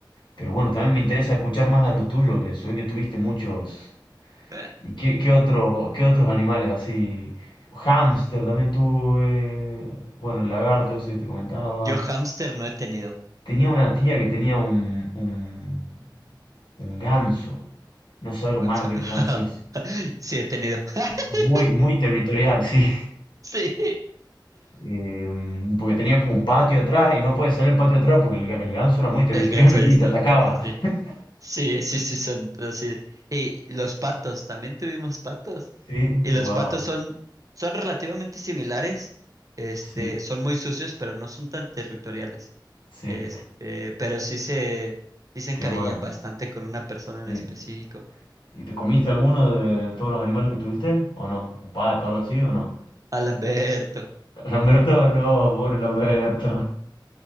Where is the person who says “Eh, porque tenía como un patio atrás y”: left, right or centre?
Left